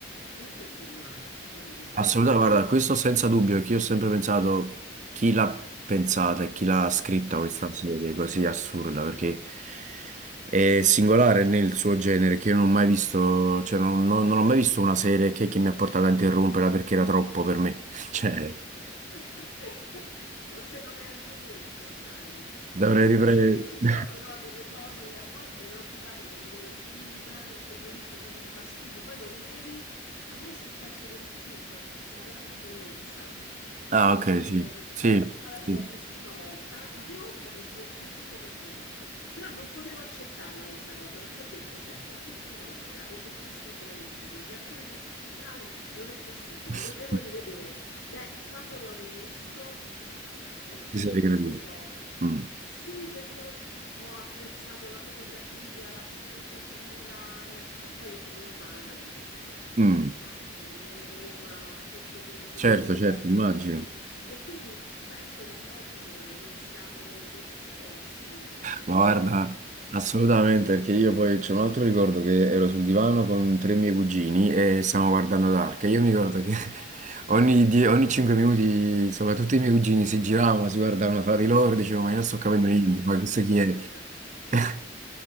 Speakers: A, on the left; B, on the right.
A: Comunque è geniale, io dico solo
B: Assolutamente,
A: quello.
B: guarda, questo senza dubbio, che io ho sempre pensato chi l'ha pensata e chi l'ha scritta questa
A: Eh,
B: serie così assurda, perché è singolare nel suo genere, che io non ho mai visto, cioè non, non- non ho mai visto una serie che, che mi ha portato a interromperla perché era troppo per me. <laughs> Cioè,
A: <laughs> Forse non era il momento, sai?
B: dovrei riprendere...
A: Pensa che ci
B: <laughs>
A: sono, no, delle cose, a volte no, ti capita di vedere un film, in quel momento proprio ti fa schifo, poi lo rivedi. A me è successo con un film, La grande bellezza.
B: Ah,
A: Non
B: ok,
A: so se
B: sì,
A: l'hai visto.
B: sì,
A: Allora, io
B: sì.
A: l'ho visto una volta, la prima volta non mi è piaciuto per niente, però non potevo accettarla questa cosa perché ho detto, senti, ha vinto un Oscar, il regista è bravissimo, gli attori sono tutti bravi, non è possibile,
B: <laughs>
A: lo devo rivedere. Beh, quando l'ho rivisto ho capito
B: Ti sei ricreduto.
A: delle cose.
B: Mm.
A: Sì, perché ho... Ho apprezzato la fotografia, la sceneggiatura, le am- ma poi io sono romana, quindi insomma
B: Mm.
A: ti immagini vedere Roma sotto quel-
B: Certo,
A: quell'occhio
B: certo, immagino.
A: così e quindi penso che a volte non siamo predisposti per
B: Ma
A: vedere
B: guarda,
A: qualcosa.
B: assolutamente, perché io poi c'è un altro ricordo che ero sul divano con tre miei cugini e stavamo guardando Dark. E io mi ricordo che <laughs> ogni, die- ogni cinque minuti, insomma, tutti i miei cugini si giravano, si guardavano fra di loro e dicevano, ma io non
A: <laughs>
B: sto capendo niente, ma questo chi è? <laughs>